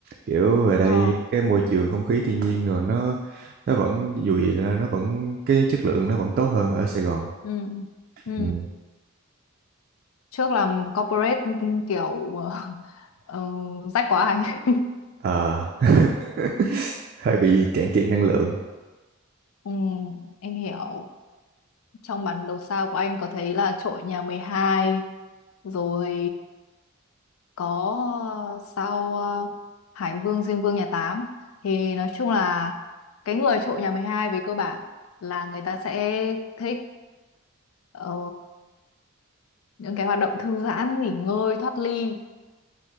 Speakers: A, on the right; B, on the left.
A: kiểu về đây
B: Ờ,
A: cái môi trường không khí thiên nhiên rồi nó nó vẫn dù gì là nó vẫn cái chất lượng nó vẫn tốt hơn ở Sài Gòn
B: ừ, ừ.
A: ừ.
B: Trước làm corporate ừ, kiểu <laughs> ờ, rách quá anh. <laughs>
A: Ờ, <laughs> hơi bị cạn kiệt năng lượng
B: Ừ, em hiểu. Trong bản đồ sao của anh có thấy là trội nhà mười hai rồi có ờ, sau ờ, Hải Vương Diêm Vương nhà Tám thì nói chung là cái người trụ nhà 12 về cơ bản là người ta sẽ thích ờ, những cái hoạt động thư giãn nghỉ ngơi thoát ly